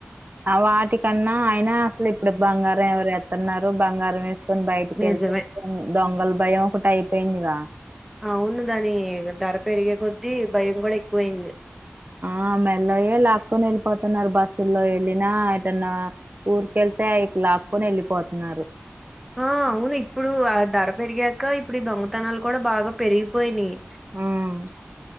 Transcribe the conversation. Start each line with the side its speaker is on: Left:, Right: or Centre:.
Right: వాటికన్నా అయినా అసలు ఇప్పుడు బంగారం ఎవరు ఎతన్నారు బంగారం వేసుకొని బయటికి
Centre: నిజమే.
Right: వెళ్తే దొంగల భయం ఒకటి అయిపోయిందిగా
Centre: అవును దాని ధర పెరిగే కొద్దీ భయం కూడా ఎక్కువ అయింది
Right: ఆ మెల్లో యే లాక్కోని వెళ్ళిపోతున్నారు బస్సుల్లో వెళ్ళిన ఎటన్నా ఊరికి వెళ్తే లాక్కోని వెళ్ళిపోతున్నారు
Centre: ఆ అవును ఇప్పుడు ఆ ధర పెరిగాక ఇప్పుడు దొంగతనాలు కూడా బాగా పెరిగిపోయినయి
Right: ఉమ్